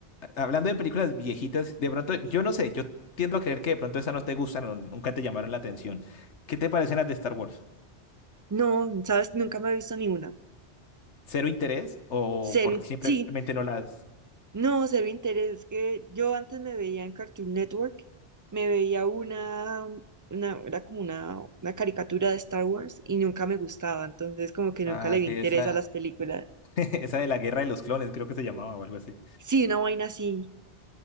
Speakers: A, on the left; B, on the right.
A: a- hablando de películas viejitas, de pronto, yo no sé, yo tiendo a creer que de pronto esas no te gustan o nunca te llamaron la atención. ¿Qué te parecen las de Star Wars?
B: No, sabes, nunca me he visto ni una.
A: ¿Cero interés o
B: Cero,
A: porque simplemente
B: sí,
A: no las...
B: No, cero interés. Es que yo antes me veía en Cartoon Network, me veía una, una, era como una, una caricatura de Star Wars y nunca me gustaba, entonces como que
A: Ah,
B: nunca le vi
A: sí,
B: interés
A: esa,
B: a las películas.
A: <laughs> esa de la Guerra de los Clones, creo que se llamaba o algo así.
B: Sí, una vaina así.